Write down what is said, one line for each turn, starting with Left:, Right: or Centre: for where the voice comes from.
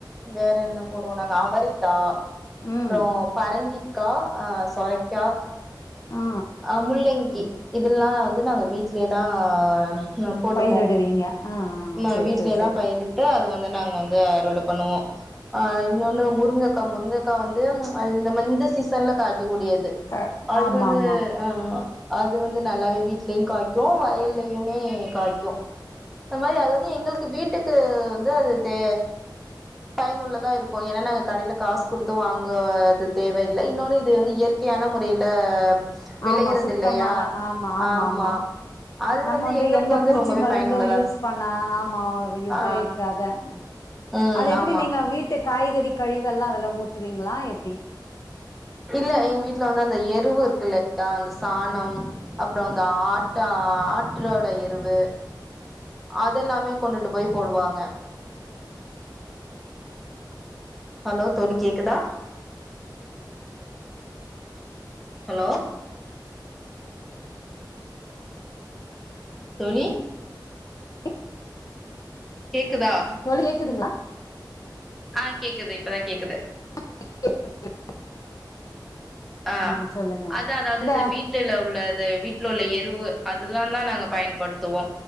Centre: வேற என்ன போடுவோ நாங்க அவரிக்கா
Left: ம்
Centre: அப்பற பரங்கிக் க்கா ஆ சொரைக்கா
Left: ஆ
Centre: ஆ முள்ளிங் இதெல்லா வந்து நாங்க வீட்லயேதா ஆ அ போட்டுப்போ
Left: பயிரிடுவீங்க ஆ ஆ
Centre: ம்
Left: சேரி
Centre: வீட்லயேதா
Left: சேரி சேரி
Centre: பயிரிட்டு அது வந் இத நாங்க வந்து அறுவட பண்ணுவோ ஆ இன்னொன்னு முருங்கக்கா முருங்கக்கா வந்து ச் இந்தமாரி இந்த சீசன்ல காய் க்கூடியது
Left: க
Centre: அது
Left: ஆமா
Centre: வந்து
Left: ஆமாம்
Centre: உ அது வந்து நல்லாவே வீட்லயு காய்க்கும் வயல்லயுமே காய்க்கும் இந்த மாரி அது வந்து எங்களுக்கு வீட்டுக்கு அது வந்து அது தே பயனுள்ளதா இருக்கு ஏன்னா நாங்க கடைல காசு கொடுத்து வாங்குவது தேவையில்ல இன்னொன்னு இது வந்து இயற்கையான முறையில விளையறது
Left: ஆம்மா சுத்தமான
Centre: இல்லையா
Left: ஆம்மா ஆம்மா
Centre: ஆமா
Left: ஆம்மா
Centre: அது
Left: நம்ம வந்து
Centre: எங்களுக்கு
Left: எந்த பூச்சி
Centre: ரொம்பவே
Left: மருந்து
Centre: பயனுள்ளதா
Left: யூஸ்
Centre: இருக்கு
Left: பண்ணா ஆமா உபயோக்காத
Centre: ஆ ம்
Left: அது எப்டி
Centre: ஆமா
Left: நீங்க வீட்டுக்கு காய்கறி கழிவெல்லா அதுல ஊத்துவீங்களா எப்டி
Centre: இல்ல எங்க வீட்டுல வந்து அந்த எருவு இருக்கு இல்லையா அந்த சாணம் அப்புறோ அந்த ஆட்டா ஆட்ரோட எருவு அதெல்லாமே கொண்டுட்டு போய் போடுவாங்க ஹலோ தோலி கேக்குதா ஹலோ தோளி
Left: <inaudible>
Centre: கேக்குதா
Left: தோளி கேக்குதுங்களா
Centre: ஆ கேக்குது இப்பதா கேக்குது
Left: <inaudible>
Centre: அ
Left: ஆ சொல்லுங்க
Centre: அத்தா அதாவது
Left: அத
Centre: இந்த வீட்டுல உள்ள இந்த வீட்ல உள்ள எருவு அதலா தா நாங்க பயன்படுத்துவோ